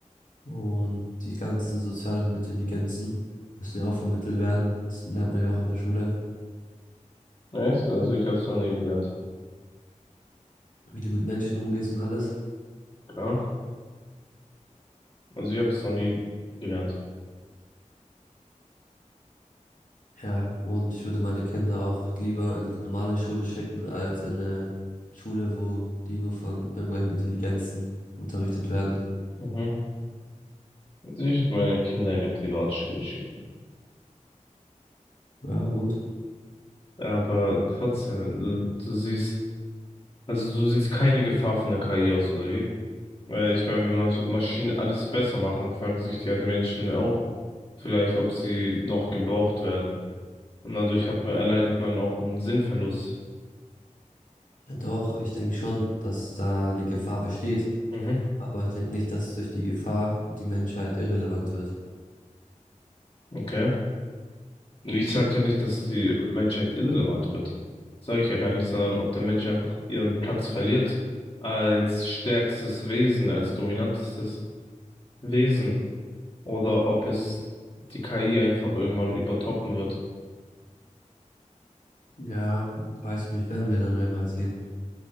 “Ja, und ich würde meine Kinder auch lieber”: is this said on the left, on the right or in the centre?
Left